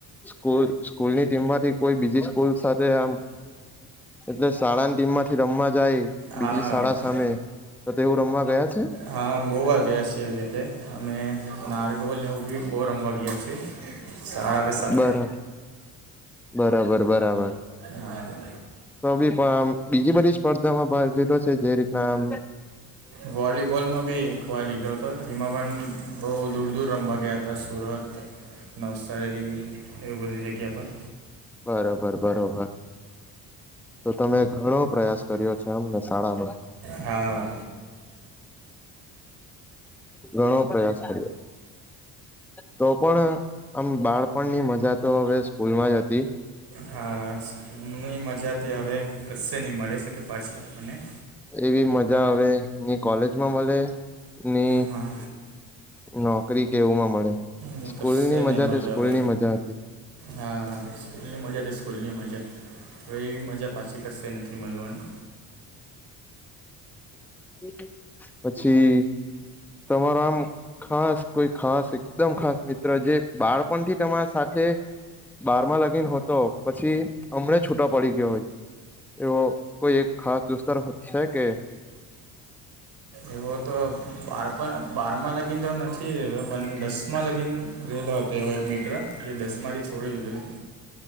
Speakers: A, in the centre; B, on the right (about 65°).
A: સ્કૂલ સ્કૂલની ટીમમાંથી કોઈ બીજી સ્કૂલ સાથે આમ એટલે શાળાની ટીમમાંથી રમવા જાય. બીજી
B: હા
A: શાળા સામે તો તેવું રમવા ગયા છે
B: હા બો વાગ્યા છે એવી રીતે. અમે નારગોલને એવું બી બો રમવા ગીયા છીએ. સારું સાર
A: બરા બરાબર બરાબર.
B: હા.
A: તો બી પણ આમ્ બીજી બધી સ્પર્ધામાં ભાગ લીધો છે. જે રીતના આમ્
B: વોલીબોલમાં બી એકવાર લીધો હતો. તેમાં પણ બો દૂર દૂર રમવા ગયા હતા. તાં સુરત, નવસારી એવી બધી જગ્યા પર.
A: બરોબર બરોબર. તો તમે ઘણો પ્રયાસ કર્યો છે એમને શાળામાં?
B: હા.
A: ઘણો પ્રયાસ કર્યો. તો પણ આમ બાળપણની મજા તો હવે સ્કૂલમાં જ હતી.
B: હા, સ્કૂ્લની મજા તે હવે કશ્શે નહી મળે શકે પાછી આપણને.
A: એવી મજા હવે ની કોલેજમાં મલે ની
B: હા
A: નોકરી કે એવુંમાં મળે,
B: ને
A: સ્કૂલની
B: કશે નહીં
A: મજા
B: મળે
A: તે સ્કૂલની
B: હવે
A: મજા હતી.
B: હા સ્કૂલની મજા તે સ્કૂલની મજા! હવે એવી મજા પાછી કશ્શે નથી મળવાની.
A: <unintelligible> પછી.. તમારા આમ ખાસ કોઈ ખાસ એકદમ ખાસ મિત્ર જે બાળપણથી તમારા સાથે બારમાં લગીન હુતો પછી હમણે છૂટો પડી ગ્યો હોય, એવો કોઈ એક ખાસ દોસ્તાર છે કે
B: એવો તો બારપ બારમાં લગી લગીન તો નથી <inaudible> પણ દસમાં લાગન રેલો તેવો એક મિત્ર જે દસમાંથી છોડી દીધેલી